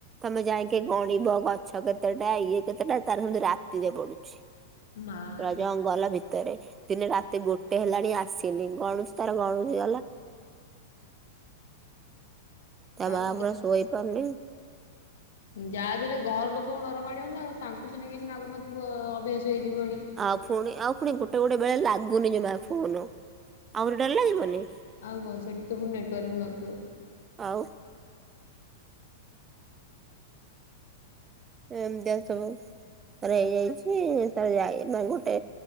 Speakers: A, on the right (about 25°); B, on the left (about 75°).
A: ତମେ ଯାଇକି ଗଣିବ ଗଛ କେତେଟା ଇଏ କେତେଟା ତାର ହେମିତି ରାତିରେ ପଡ଼ୁଛି।
B: ମାଲୋ
A: ପୁରା ଜଙ୍ଗଲ ଭିତରେ ଦିନେ ରାତି ଗୋଟେ ହେଲାଣି ଆସି ସେବି ଗଣୁଛି ତାର ଗଣୁଛି ଗଲା ତା
B: ଆଉ
A: ମାଁ ପୁରା ସୋଇପାରୁନି।
B: ଯାହାବି ହେଲେ ଘର ଲୋକଲଙ୍କୁ ଡର ମାଡ଼ିବନିନା ଆଉ ତାଙ୍କୁ ସିନା କିଛି ନାଗୁନଥିବ ଅଭ୍ୟାସ ହେଇଯିବନି।
A: ଆଉ ପୁଣି ଆଉ ପୁଣି ଗୋଟେ ଗୋଟେ ବେଳେ ଲାଗୁନି ଜମା ଫୋନ୍ ଆହୁରି ଡର ଲାଗିବନି।
B: ଆଉ କଣ ସେଠିତ ପୁଣି ନେଟୱାର୍କବି ନଥିବ।
A: ଆଉ ଏମିତିଆ ସବୁ ଆରେ ହେଇଯାଇଛି ଯାଇ ଗୋଟେ